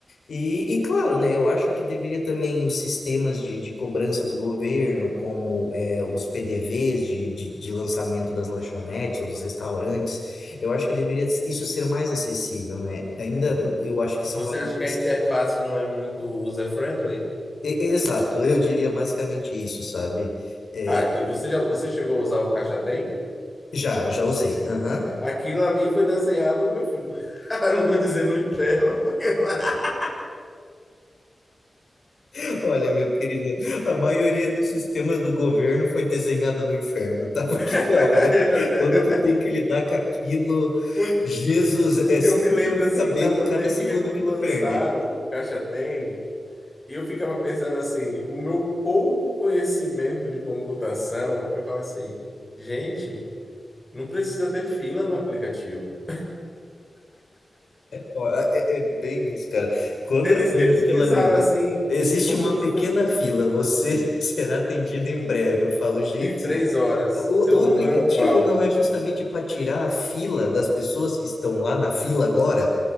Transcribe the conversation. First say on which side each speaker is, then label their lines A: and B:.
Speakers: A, on the left; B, on the left.
A: E, e claro, né, eu acho que deveria também os sistemas de, de cobrança do governo, como é, os PDVs de, de, de lançamento das lanchonetes ou dos restaurantes, eu acho que deveria isso ser mais acessível, né? Ainda eu acho que são
B: Você
A: valores
B: acha que a interface não é muito user-friendly?
A: E- Exato, eu diria basicamente isso, sabe? É,
B: Ah, que você já, você chegou a usar o Caixa Tem?
A: já, já usei. aham.
B: Aquilo ali foi desenhado, meu filho. <laughs> Não vou dizer no inferno, porque lá.
A: <laughs> Olha, meu querido, a maioria dos sistemas do governo foi desenhada no inferno, tá? <laughs> Porque,
B: <laughs>
A: olha, quando tu tem que lidar com aquilo,
B: Por-
A: Jesus, é
B: Porque
A: cinco
B: eu me lembro
A: fios de
B: assim,
A: cabelo
B: na pandemia,
A: cada segundo
B: quando
A: que tu
B: lançaram
A: perde.
B: o Caixa Tem, e eu ficava pensando assim, o meu pouco conhecimento de computação, eu falo assim, gente, não precisa ter fila no aplicativo.
A: Ó, É, é é bem isso, cara. Quando
B: Eles,
A: eu vejo
B: eles
A: aquilo
B: pensaram
A: ali,
B: assim,
A: existe
B: como
A: uma
B: se
A: pequena
B: fosse
A: fila, você <laughs> será atendido em breve. Eu falo, gente.
B: Em três horas.
A: O,
B: Seu número
A: o aplicativo
B: é o qual?
A: não é justamente para tirar a fila das pessoas que estão lá na fila agora?